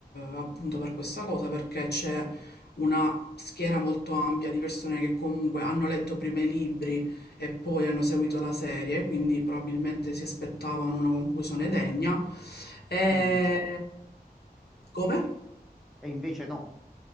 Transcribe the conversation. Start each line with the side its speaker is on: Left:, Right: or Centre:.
Left: appunto per questa cosa, perché c'è una schiera molto ampia di persone che comunque hanno letto prima i libri e poi hanno seguito la serie, quindi probabilmente si aspettavano una conclusione degna. E...
Centre: E invece no.
Left: Come?
Centre: E invece no.